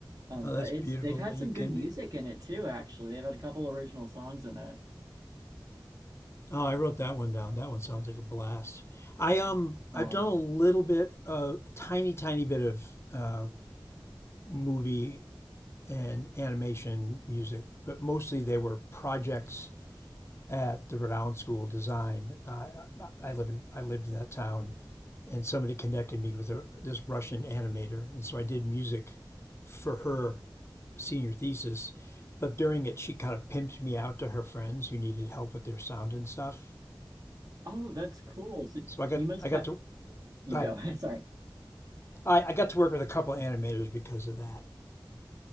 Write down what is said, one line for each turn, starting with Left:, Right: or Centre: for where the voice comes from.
Right: Um,
Left: Oh,
Right: but
Left: that's
Right: it's
Left: beautiful.
Right: they've had
Left: Are you
Right: some
Left: kidding
Right: good music
Left: me?
Right: in it too, actually. They've had a couple original songs in it.
Left: Oh, I wrote that one down. That one sounds like a blast. I um
Right: Um,
Left: I've done a little bit, a uh, tiny tiny bit of uh, movie and animation music, but mostly they were projects at the Rhode School of Design. I, I live in I lived in that town, and somebody connected me with a, this Russian animator, and so I did music for her senior thesis. But during it, she kind of pimped me out to her friends who needed help with their sound and stuff.
Right: oh, that's cool. So
Left: So I got
Right: you must
Left: I got
Right: have
Left: to
Right: you
Left: go ahead.
Right: go. <laughs> Sorry.
Left: I, I got to work with a couple of animators because of that.